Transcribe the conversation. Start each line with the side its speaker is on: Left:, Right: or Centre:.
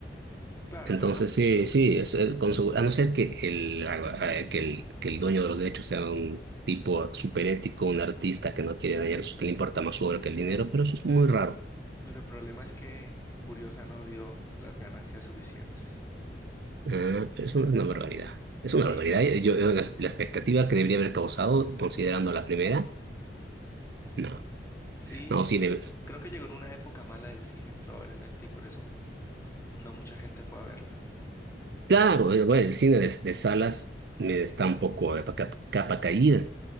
Left: Claro,
Right: Entonces,
Left: claro.
Right: sí, sí, es, eh, con segu- a no ser que el, a- a- que el, que el dueño de los derechos sea un tipo superético, un artista que no quiere dañar, su- que le importa más su obra que el dinero, pero eso es muy raro.
Left: Pero el problema es que Furiosa no dio las ganancias suficientes.
Right: Ah, pero eso es una barbaridad. Es una
Left: Sí,
Right: barbaridad. Yo, yo- la, la expectativa que debería haber causado, considerando la primera, no.
Left: sí,
Right: No,
Left: n-
Right: sí, de-
Left: creo que llegó en una época mala del cine probablemente y por eso no mucha gente fue a verla.
Right: claro, eh, bueno, el cine de, de salas me está un poco de capa capa caída.